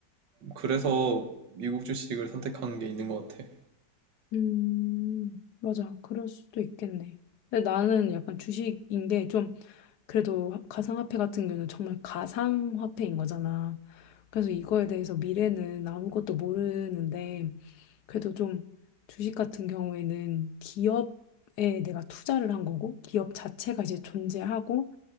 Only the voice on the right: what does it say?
그래서 미국 주식을 선택한 게 있는 것 같아.